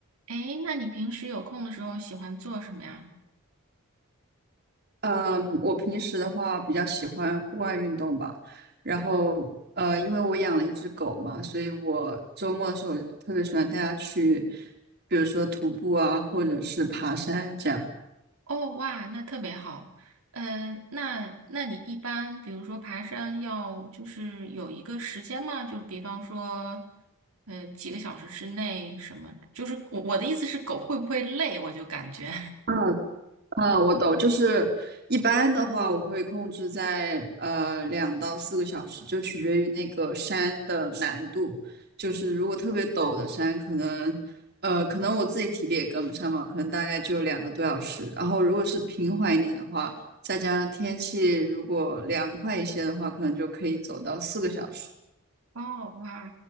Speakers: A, on the right; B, on the right.
A: 诶，那你平时有空的时候喜欢做什么呀？
B: 嗯，我平时的话比较喜欢户外运动吧，然后呃，因为我养了一只狗嘛，所以我周末的时候特别喜欢带它去，比如说徒步啊，或者是爬山这样。
A: 哦，哇，那特别好。嗯、那那你一般比如说爬山要就是有一个时间吗？就比方说，呃，几个小时之内什么？就是我我的意思是，狗会不会累？我就感觉，
B: 嗯，嗯，我懂，就是一般的话，我会控制在呃两到四个小时，就取决于那个山的难度。就是如果特别陡的山，可能呃可能我自己体力也跟不上嘛，可能大概就两个多小时。然后如果是平缓一点的话，再加上天气如果凉快一些的话，可能就可以走到四个小时。
A: <laughs> 哦，哇，